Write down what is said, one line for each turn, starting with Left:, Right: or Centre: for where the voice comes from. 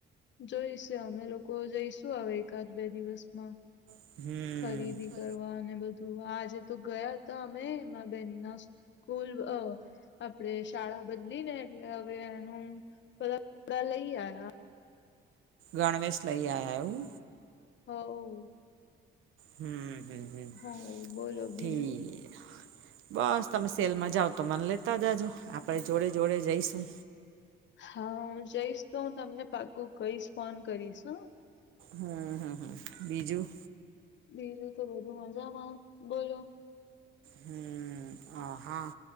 Left: જોઈ છે અમે લોકો જઈશું હવે એકાદ બે દિવસમાં
Right: હમ
Left: ખરીદી કરવા અને બધું આજે તો ગયા તો અમે એમાં બેન ના સ્કૂલ આપડે શાળા બદલી ને એટલે હવે એનું બધાપડા લઈ આયા
Right: ગણવેશ લઈ આયા હું
Left: હોવ
Right: હમ હમ હમ
Left: હોવ બોલો
Right: ઠી
Left: બીજું
Right: બસ તમે સેલમાં જાઓ તો મન લેતા જાજો આપણે જોડે જોડે જઈશું.
Left: હા હું જઈશ તો હું તમને પાકું કહીશ ફોન કરીશ હો
Right: હમ હમ હમ બીજું?
Left: બીજું તો બધું મજામાં બોલો
Right: હમ હ હા